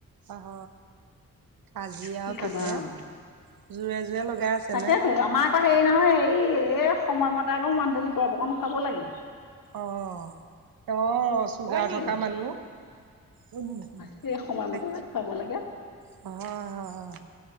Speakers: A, on the right; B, on the left.
A: আহ আজি
B: কি
A: আও
B: ক'বা
A: তাতে
B: আৰু
A: জোৰে জোৰে লগাই আছে
B: তাকেতো
A: নে,
B: আমাৰ আকৌ হেৰি নহয় হেৰি এই সময়মতে আকৌ মানুহটোক দৰৱঅকণ খুৱাব লাগে।
A: অঁ, অঁ, চুগাৰ থকা
B: এই
A: মানুহ, অঁ,
B: সেই সময়মতে
A: হয়,
B: যে খুৱাব লাগে
A: হয়!